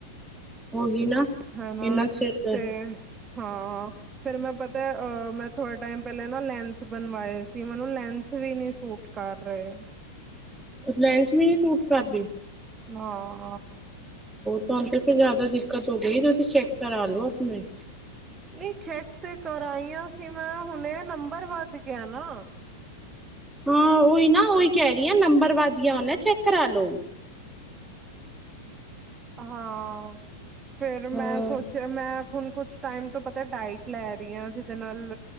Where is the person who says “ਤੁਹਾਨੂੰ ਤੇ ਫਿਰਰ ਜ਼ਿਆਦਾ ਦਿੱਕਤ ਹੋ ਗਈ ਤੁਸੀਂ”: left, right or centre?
Centre